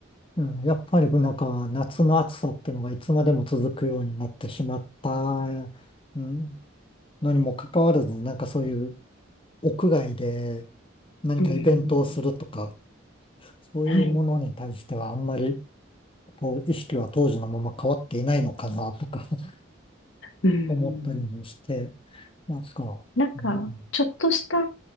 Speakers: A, on the left; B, on the left.
A: うん、やっぱりなんか夏の暑さっていうのがいつまでも続くようになってしまった、うん、のにもかかわらず、なんかそういう屋外で何かイベントをするとか、
B: うーん。
A: そういうものに対してはあんまり
B: はい。
A: こう意識は当時のまま変わっていないのかなとか <laughs>
B: うーん。
A: 思ったりもして、なんか、
B: なんか、
A: うん、
B: ちょっとした、